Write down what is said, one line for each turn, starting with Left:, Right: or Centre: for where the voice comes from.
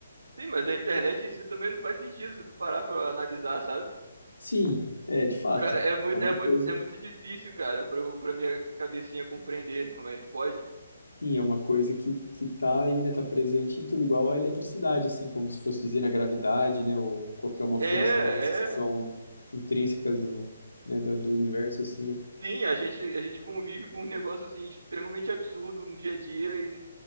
Right: Sim, mas a internet em si também não faz sentido se tu parar pra analisar, sabe?
Left: Sim, é, de fato,
Right: Cara, é muito,
Left: é uma
Right: é muito,
Left: coisa,
Right: é muito difícil, cara, pra, eu- pra minha cabecinha compreender como é que pode.
Left: sim, é uma coisa que, que tá aí, né? Tá presente em tudo, igual a eletricidade, assim, como se fosse dizer na gravidade, né? Ou qualquer uma
Right: É,
Left: força dessas que são
Right: é.
Left: intrínsecas do, né, do, do universo, assim, né?
Right: Sim, a gente, a gente convive com um negócio assim extremamente absurdo no dia a dia e